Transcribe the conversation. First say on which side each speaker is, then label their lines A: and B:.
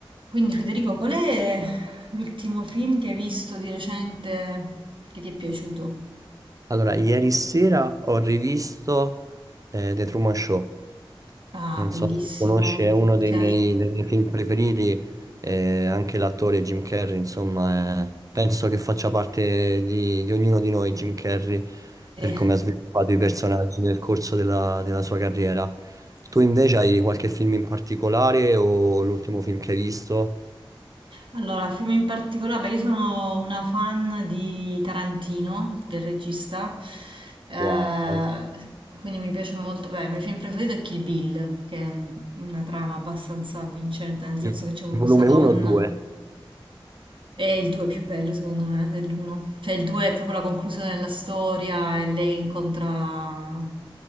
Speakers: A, on the right; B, on the right.
A: Quindi Federico, qual è l'ultimo film che hai visto di recente che ti è piaciuto?
B: Allora, ieri sera ho rivisto eh, The Truman Show.
A: Ah,
B: Non
A: bellissimo,
B: so se lo conosci, è uno
A: certo.
B: dei miei, dei miei film preferiti. eh, anche l'attore Jim Carrey, insomma, è- penso che faccia parte di, di ognuno di noi, Jim Carrey,
A: Eh.
B: per come ha sviluppato i personaggi nel corso della, della sua carriera. Tu invece hai qualche film in particolare o l'ultimo film che hai visto?
A: Allora, film in particolare, beh, io sono una fan di Tarantino, del regista, eh,
B: Wow.
A: quindi mi piace molto, beh, il mio film preferito è Kill Bill, che è una trama abbastanza avvincente, nel senso
B: Il
A: che c'è questa
B: volume
A: donna
B: 1 o 2?
A: È il 2 più bello secondo me dell'1. Cioè il 2 è proprio la conclusione della storia e lei incontra...